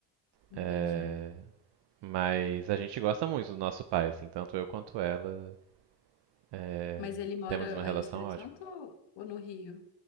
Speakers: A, on the left; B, on the right.
A: entendi.
B: É, mas a gente gosta muito do nosso pai, assim, tanto eu quanto ela. é,
A: Mas ele mora
B: temos uma relação
A: aí no Espírito
B: ótima.
A: Santo ou ou no Rio?